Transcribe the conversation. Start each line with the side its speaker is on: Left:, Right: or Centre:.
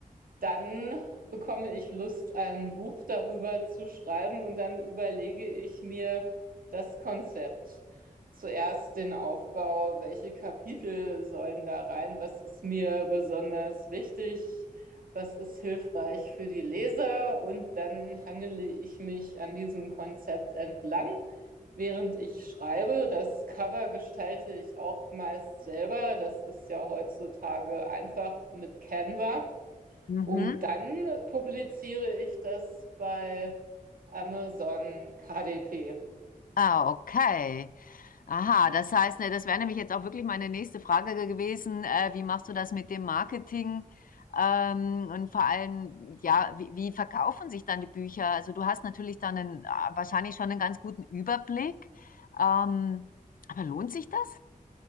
Right: dann bekomme ich Lust, ein Buch darüber zu schreiben und dann überlege ich mir das Konzept. Zuerst den Aufbau, welche Kapitel sollen da rein, was ist mir besonders wichtig, was ist hilfreich für die Leser und dann hangele ich mich an diesem Konzept entlang, während ich schreibe. Das Cover gestalte ich auch meist selber, das ist ja heutzutage einfach mit Canva.
Left: Mhm.
Right: Und dann publiziere ich das bei Amazon KDP.
Left: Ah, okay. Aha, das heißt, ne, das wäre nämlich jetzt auch wirklich meine nächste Frage ge- gewesen. Äh, wie machst du das mit dem Marketing? Ähm, und vor allem, ja, wie, wie verkaufen sich dann die Bücher? Also du hast natürlich dann einen, äh, wahrscheinlich schon einen ganz guten Überblick. Ähm, aber lohnt sich das?